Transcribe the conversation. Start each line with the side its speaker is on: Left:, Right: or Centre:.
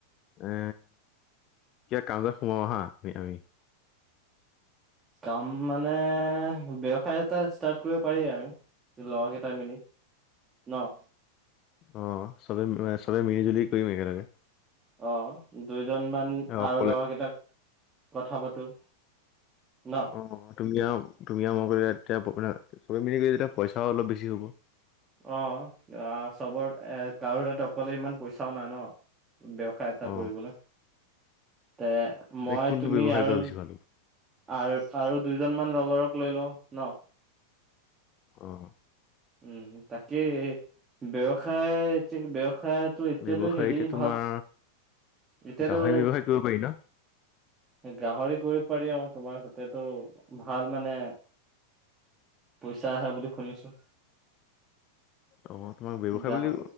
Left: এ কিবা কাম জামত সোমাও আহা আমি
Right: কাম মানে ব্যয়সায় এটা ষ্টাৰ্ট কৰিব পাৰি আৰু লগৰ কেইটাই মেলি ন
Left: অ চবে চবে মিলি জুলি কৰিম একেলগে
Right: অ দুইজন মান
Left: অ অকলে
Right: আৰু লৰা কেইটাক কথা পাতো ন
Left: অ তুমি আও তুমি আও মই তেতিয়া প্ৰব্লেম নাই চব মিলি তেতিয়া পইচাও অলপ বেছি হ'ব <unintelligible>
Right: অ চবৰ এ কাৰো তাত অকলে ইমান পইচাও নাই ন ব্যৱসায় এটা
Left: অ
Right: কৰিবলে তে
Left: এতিয়া
Right: মই
Left: কোনটো
Right: তুমি
Left: ব্যৱসায়
Right: আৰু
Left: কৰা বেছি ভাল হ'ব
Right: আৰু আৰু দুইজন মান লগৰক লৈ লওঁ ন
Left: অহ
Right: উম তাকে ব্যৱসায় ব্যৱসায় ব্যৱসায়টো এতিয়াতো
Left: ব্যৱসায়
Right: হেৰি
Left: এতিয়া তোমাৰ
Right: ভাল এতিয়াতো
Left: গাহৰি ব্যৱসায় কৰিব পাৰি ন
Right: গাহৰি কৰিব পাৰি আৰু তোমাৰ ততেটো ভাল মানে পইচা আছে বুলি শুনিছো
Left: অ তোমাক ব্যৱসায়
Right: গ্ৰাহক
Left: বুলি